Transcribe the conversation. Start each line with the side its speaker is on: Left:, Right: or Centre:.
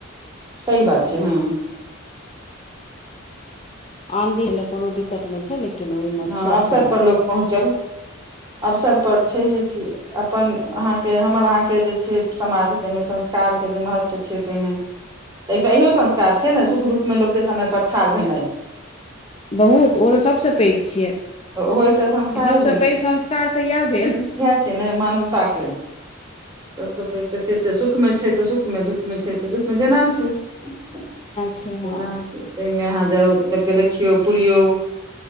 Right: सह बात छैय हँ।
Left: आन दिन लए कोनो दिक्कत नय छैय लेकिन ओहिमे
Right: हँ
Left: सभ
Right: अवसर
Left: पुरि
Right: पर
Left: लेत
Right: लोक पहुँचल अवसर पर छैहे कि अपन अहाँके हमर अहाँके जे छैय समाज ताहिमे संस्कारके जे महत्व छैय ताहिमे तऽ एकटा इहो संस्कार छैय ने सुख दुःखमे लोकके समय पर ठाढ़ भेनाइ।
Left: बहुत ओ तऽ सबसे पैघ छियै
Right: तऽ ओहो एकटा संस्कारे
Left: इ सबसे पैघ संस्कार तऽ इएह भेल
Right: छैय नय मानवताके। सबसँ पैघ तऽ छैय सुख मे छैय तऽ सुख मे दुःख मे छैय तऽ दुःख मे जेना छैय। जेना
Left: छै हँ
Right: छैय ताहिमे अहाँ जाउ देख देखियौ पुरियौ।